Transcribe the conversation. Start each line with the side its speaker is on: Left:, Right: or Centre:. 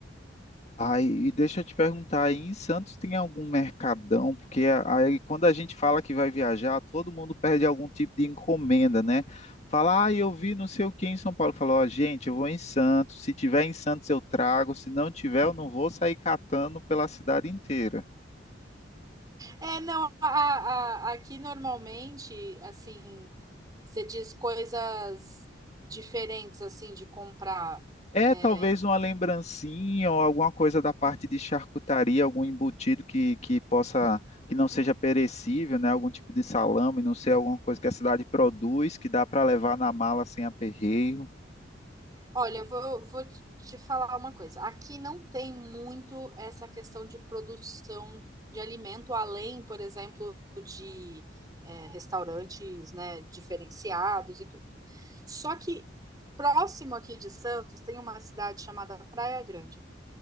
Left: Ai, e deixa eu te perguntar, aí em Santos tem algum mercadão? Porque a- aí quando a gente fala que vai viajar, todo mundo perde algum tipo de encomenda, né? Fala, ah, eu vi não sei o que em São Paulo. Falou, ó, gente, eu vou em Santos. Se tiver em Santos, eu trago. Se não tiver, eu não vou sair catando pela cidade inteira.
Right: É, não, a, a- aqui normalmente, assim, você diz coisas diferentes assim de comprar.
Left: É
Right: é,
Left: talvez uma lembrancinha ou alguma coisa da parte de charcutaria, algum embutido que, que possa, que não seja perecível, né? Algum tipo de salame, não sei, alguma coisa que a cidade produz, que dá para levar na mala sem aperreio.
Right: Olha, eu vou, vou te te falar uma coisa. Aqui não tem muito essa questão de produção de alimento, além, por exemplo, de eh, restaurantes, né, diferenciados e tudo. Só que próximo aqui de Santos tem uma cidade chamada Praia Grande.